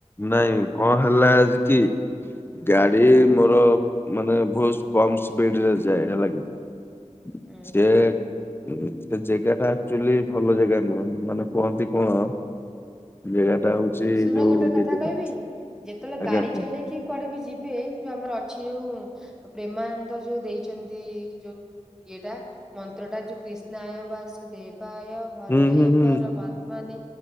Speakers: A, on the left (about 20°); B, in the centre.
A: ନାଇଁ କଣ ହେଲା ଆଜି କି ଗାଡି
B: ହୁଁ
A: ମୋର ମାନେ ବୋହୁତ କମ ସ୍ପିଡରେ ଯାଏ ହେଲା କି
B: ହୁଁ
A: ସିଏ ହୁଁ ସେ ଜେଗାଟା ଆକଚ୍ୟୁଲି ଭଲ ଜାଗା ନୁହଁ ମାନେ କୁହନ୍ତି କଣ ଜେଗାଟା ହୋଉଚି
B: ଶୁଣ
A: ଯୋଉ
B: ଗୋଟେ
A: ଇଏ
B: କଥା
A: ଜାଗା।
B: କହିବି
A: ଆଜ୍ଞା
B: ଯେତେବେଳେ ଗାଡି
A: କୁହନ୍ତୁ।
B: ଚଲେଇକି କୁଆଡେ ବି ଯିବେ ଯୋଉ ଆମର ଅଛି ଯୋଉ ପ୍ରେମାନନ୍ଦ ଯୋଉ ଦେଇଚନ୍ତି ଯୋଉ ଇଏଟା ମନ୍ତ୍ରଟା ଯୋଉ କ୍ରିଷ୍ଣାୟ ବାସୁଦେବାୟ ହର
A: ହୁଁ
B: ଏ
A: ହୁଁ ହୁଁ
B: ପରଆତ୍ମାନେ